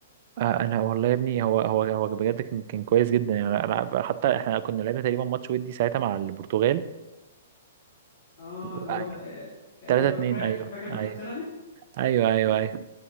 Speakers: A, on the right; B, on the left.
A: آه، انا والله يا ابني هو هو هو بجد كان كان كويس جدا يعني انا أنا- حتى احنا كنا لعبنا تقريبا ماتش ودي ساعتها مع البرتغال
B: اه
A: و-
B: اللي هو تق... ايوه
A: 3 2
B: فاكر
A: ايوه
B: فاكر مدحت
A: ايوه
B: شلبي
A: ايوه ايوه ايوه